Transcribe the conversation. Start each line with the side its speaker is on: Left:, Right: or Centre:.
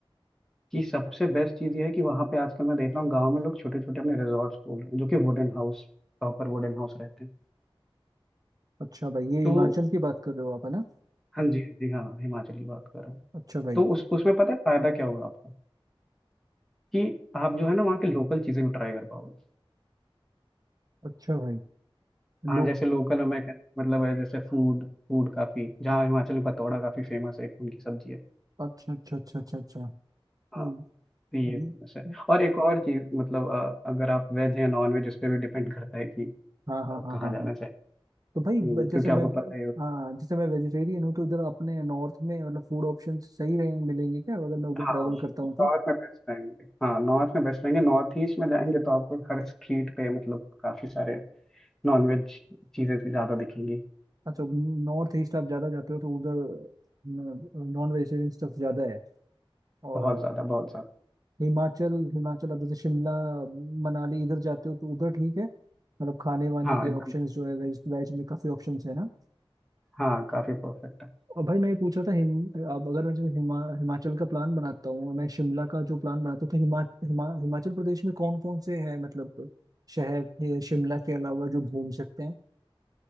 Centre: कि सबसे बेस्ट चीज़ ये है कि वहाँ पे आजकल मैं देख रहा हूँ गांव में लोग छोटे छोटे अपने रिजॉर्ट्स खोल रहे हैं जो कि wooden house proper wooden house रहते हैं
Right: अच्छा भाई ये
Centre: तो
Right: हिमाचल की बात कर रहे हो आप है ना
Centre: हाँ जी हाँ जी हाँ हिमाचल की बात कर रहा हूँ
Right: अच्छा भाई
Centre: तो उस उसमें पता है फायदा क्या होगा आपका कि आप जो है ना वहाँ की लोकल चीज़ें भी ट्राई कर पाओगे
Right: अच्छा भाई लोग
Centre: हाँ जैसे लोकल में कह- मतलब है जैसे फूड फूड काफ़ी जहाँ हिमाचल में पतौड़ा काफ़ी फेमस है एक उनकी सब्जी है
Right: अच्छा अच्छा अच्छा अच्छा अच्छा
Centre: हाँ
Right: हम्म,
Centre: तो ये
Right: हम्म,
Centre: फेमस है
Right: हम्म।
Centre: और एक और चीज़ मतलब अ, अगर आप वेज हैं नॉन वेज उस पर भी डिपेंड करता है कि
Right: हाँ हाँ
Centre: आप
Right: हाँ
Centre: कहाँ
Right: हाँ
Centre: जाना
Right: हाँ
Centre: चाहें
Right: तो भाई ब-
Centre: हम्म,
Right: जैसे
Centre: क्योंकि
Right: मैं
Centre: आपको
Right: ब-
Centre: पता ही
Right: हाँ जैसे मैं वेजिटेरियन हूँ तो इधर अपने नॉर्थ में मतलब फूड ऑप्शन सही रहेंगे मिलेंगे क्या अगर मैं उधर
Centre: हाँ
Right: ट्रैवल करता हूँ
Centre: नॉर्थ
Right: तो
Centre: में बेस्ट रहेंगे हाँ नॉर्थ में बेस्ट रहेंगे नॉर्थ ईस्ट में जाएंगे तो आपको हर स्ट्रीट पे मतलब काफी सारे नॉनवेज चीजें ज्यादा दिखेंगी
Right: अच्छा नॉर्थ ईस्ट आप ज़्यादा जाते हो तो उधर नॉन वेजिटेरियन स्टफ ज़्यादा है और
Centre: बहुत
Right: आप
Centre: ज्यादा बहुत ज्यादा
Right: हिमाचल हिमाचल आप जैसे शिमला मनाली इधर जाते हो तो उधर ठीक है मतलब खाने वाने
Centre: हाँ
Right: के
Centre: एकदम
Right: ऑप्शंस जो है वेज वेज में काफ़ी ऑप्शंस है ना
Centre: हाँ काफी परफेक्ट है
Right: और भाई मैं ये पूछ रहा था हिम अब अगर मैं जो हिमा, हिमाचल का प्लान बनाता हूँ और मैं शिमला का जो प्लान बनाता हूँ तो हिमा, हिमा, हिमाचल प्रदेश में कौन कौन से है मतलब शहर है शिमला के अलावा जो घूम सकते हैं